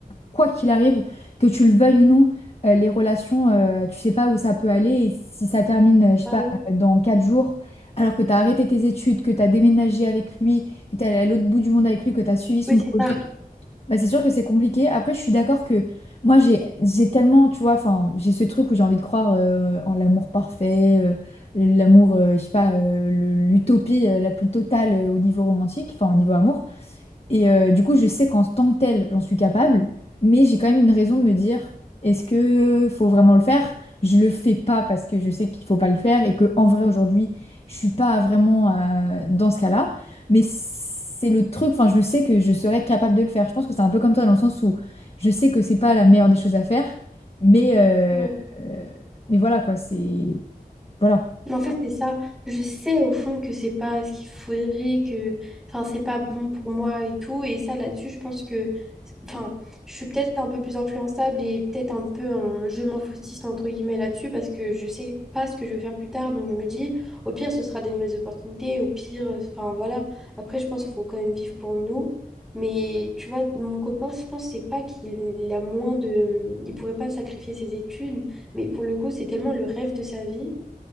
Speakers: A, on the left; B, in the centre.
A: quoi qu'il arrive, que tu le veuilles ou non, euh, les relations, euh, tu sais pas où ça peut aller. Et si ça termine, euh, je sais
B: Ah
A: pas,
B: oui,
A: euh, dans quatre jours, alors que tu as arrêté tes études, que tu as déménagé avec lui, que tu es allé à l'autre bout du monde avec lui, que tu as suivi son
B: Oui,
A: projet.
B: c'est ça.
A: Bah, c'est sûr que c'est compliqué. Après, je suis d'accord que moi, j'ai j'ai tellement, tu vois, enfin, j'ai ce truc où j'ai envie de croire euh, en l'amour parfait, euh, l'amour, euh, je sais pas, euh, le- l'utopie euh, la plus totale euh, au niveau romantique, enfin, au niveau amour. Et euh, du coup, je sais qu'en tant que tel, j'en suis capable, mais j'ai quand même une raison de me dire, est-ce que faut vraiment le faire? Je le fais pas parce que je sais qu'il faut pas le faire et que en vrai aujourd'hui, je suis pas vraiment euh, dans ce cas-là. Mais c'est le truc, enfin, je sais que je serais capable de le faire. Je pense que c'est un peu comme toi dans le sens où je sais que c'est pas la meilleure des choses à faire, mais euh,
B: Ouais.
A: euh, mais voilà quoi, c'est voilà.
B: Mais en fait, c'est ça. Je sais au fond que c'est pas ce qu'il faudrait, que enfin, c'est pas bon pour moi et tout. Et ça, là-dessus, je pense que enfin, je suis peut-être un peu plus influençable et peut-être un peu un je m'en foutiste entre guillemets là-dessus parce que je sais pas ce que je veux faire plus tard. Donc je me dis, au pire, ce sera des nouvelles opportunités. Au pire, euh, enfin voilà. Après, je pense qu'il faut quand même vivre pour nous. Mais tu vois, mon copain, je pense c'est pas qu'il a moins de. Il pourrait pas sacrifier ses études. Mais pour le coup, c'est tellement le rêve de sa vie